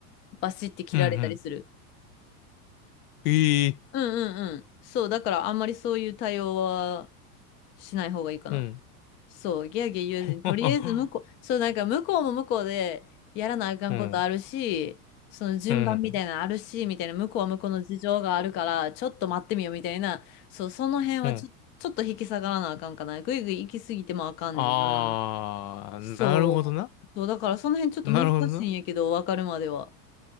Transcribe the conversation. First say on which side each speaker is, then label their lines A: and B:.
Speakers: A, on the left; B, on the left.
A: バシって切られたりする。
B: うん、うん。ええ
A: うんうんうん。そう、だからあんまりそういう対応はしない方がいいかな。
B: うん。
A: そう、ギャーギャー言わずに、
B: <laughs>
A: とりあえず向こう、そう、なんか向こうも向こうでやらなあかんことあるし、
B: うん。
A: その順番みたいなのあるし、
B: うん。
A: みたいな、向こうは向こうの事情があるから、ちょっと待ってみようみたいな、そう、その辺はちょ、
B: うん。
A: ちょっと引き下がらなあかんかな。ぐいぐい行き過ぎてもあかんねんな。
B: ああ、
A: そう。
B: なるほどな。
A: そう、だからその辺ちょっと難しいんやけど、
B: なるほどな。
A: わかるまでは。